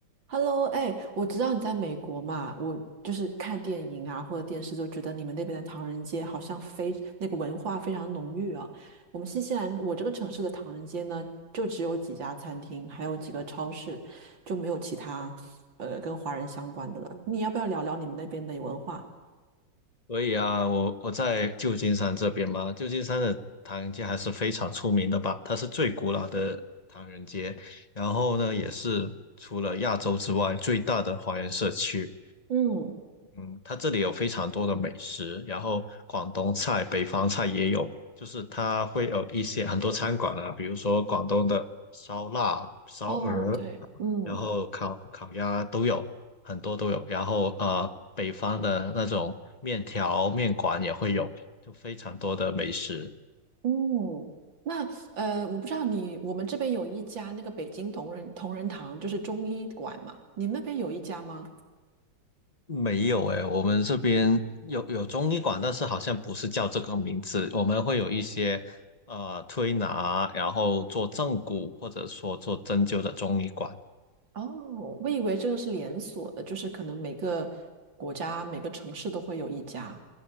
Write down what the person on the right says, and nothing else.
Hello，哎，我知道你在美国嘛，我就是看电影啊或者电视，就觉得你们那边的唐人街好像非那个文化非常浓郁啊。我们新西兰，我这个城市的唐人街呢，就只有几家餐厅，还有几个超市，就没有其他呃跟华人相关的了。你要不要聊聊你们那边的文化？
嗯，
哦，对，嗯
嗯，那呃，我不知道你，我们这边有一家那个北京同仁同仁堂，就是中医馆嘛，你那边有一家吗？
哦，我以为这个是连锁的，就是可能每个国家、每个城市都会有一家。